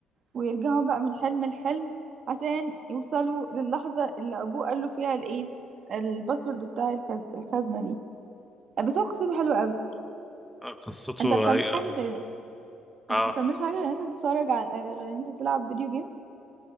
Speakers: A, on the right; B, in the centre.
A: ويرجعوا بقى من حلم لحلم عشان يوصلوا للحظة اللي ابوه قال له فيها الايه الباسورد بتاع الخز... الخزنة دي بس هو قصته حلوة قوي
B: قصته
A: انت ما بتعملش
B: هي...
A: حاجه غير
B: اه
A: ما بتعملش حاجه غير ان انت تتفرج على غير ان انت تلعب فيديو جيمز